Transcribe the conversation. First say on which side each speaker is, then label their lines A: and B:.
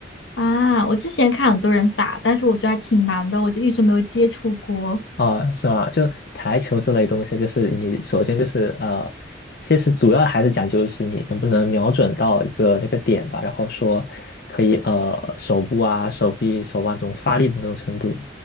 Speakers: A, on the left; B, on the left.
A: 啊？我之前看很多人打，但是我觉得还挺难的，我就一直没有接触过。
B: 啊，是吗？就台球这类东西，就是你首先就是呃，其实主要还是讲究就是你能不能瞄准到一个那个点吧，然后说可以呃手部啊、手臂、手腕这种发力的那种程度，